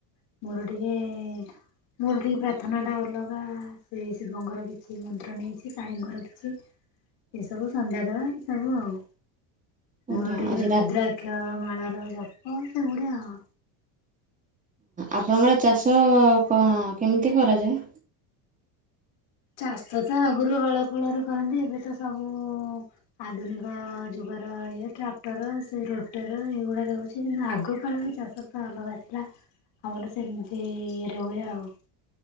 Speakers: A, on the left; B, on the right.
A: ମୁରୁଡିିକେ ମୋର ଟିକେ ପ୍ରାର୍ଥନାଟା ଅଲଗା ସେ ଶିବଙ୍କର କିଛି ମନ୍ତ୍ର ନେଇଛି କାଳୀଙ୍କର କିଛି।
B: <inaudible>
A: ଏ ସବୁ ସନ୍ଧ୍ୟା ଦବା ସବୁ ଆଉ
B: ହଁ
A: ମୋର ଟିକେ
B: ଆଜି ରା
A: ଦ୍ରାଗ୍ୟ ମାଳାର ଜପ ସେମତୀ ଆଉ।
B: ଆପଣଙ୍କର ଚାଷ କଅ କେମିତି କରାଯାଏ।
A: ଚାଷ ତ ଆଗରୁ ହଳ ଫଳରେ କରନ୍ତି ଏବେ ତ ସବୁ ଆଧୁନିକ ଯୁଗର ଇଏ ଟ୍ରାକ୍ଟର ସେ ରୋଟର ଏଇଗୁଡା ରହୁଛି କିନ୍ତୁ ଆଗ କାଳରେ ଚାଷ ଅଲଗା ଥିଲା ଆମର ସେମିତି ଇଏରେ ହୁଏ ଆଉ।